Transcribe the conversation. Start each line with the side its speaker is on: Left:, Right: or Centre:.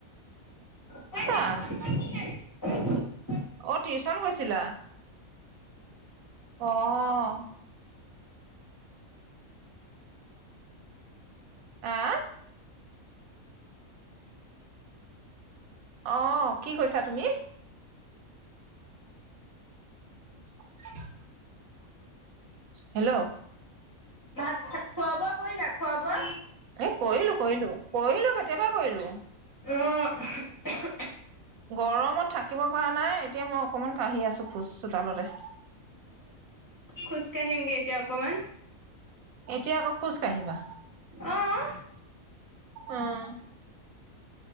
Left: মই
Right: সঁচা।
Left: টিউচন <inaudible>
Right: অ টিউচন গৈছে। ছিলা। অ,,,,, আঁ অ,,, কি কৈছা তুমি। <unintelligible> হেল্লৌ
Left: ভাত খোৱা বোৱা কৰিলা খোৱা বোৱা।
Right: এহ কৰিলোঁ কৰিলোঁ, কৰিলোঁ কেত। কেবাৰ কৰিলোঁ।
Left: য় য়োহো য়োহ।
Right: গৰমত থাকিব পৰা নাই এতিয়া মই অকমাণ কাঢ়ি আছো খোজ চোতালতে।
Left: খোজ কাঢ়িম গে এতিয়া অকমাণ।
Right: এতিয়া আকৌ খোজ কাঢ়িবা।
Left: অঁ।
Right: অহ,,,,।